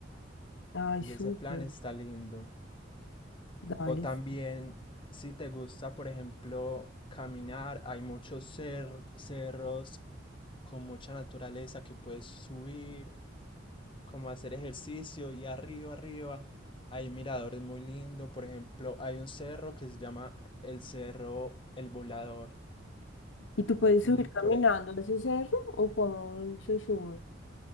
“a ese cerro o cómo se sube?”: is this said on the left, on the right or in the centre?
Left